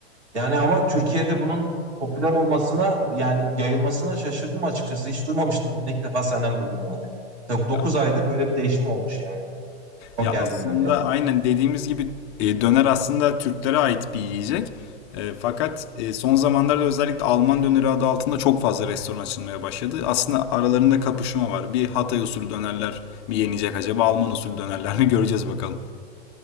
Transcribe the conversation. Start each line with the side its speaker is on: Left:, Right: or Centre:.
Right: Yani ama Türkiye'de bunun popüler olmasına yani yayılmasına şaşırdım açıkçası. Hiç duymamıştım bunu ilk defa senden duydum yani. 9
Left: Ya,
Right: aydır böyle bir değişim olmuş yani son
Left: ya
Right: geldiğinden
Left: aslında
Right: beri.
Left: aynen dediğimiz gibi e, döner aslında Türklere ait bir yiyecek. E, fakat e, son zamanlarda özellikle Alman döneri adı altında çok fazla restoran açılmaya başladı. Aslında aralarında kapışma var. Bir Hatay usulü dönerler mi yenecek acaba? Alman usulü dönerler mi <laughs> göreceğiz bakalım.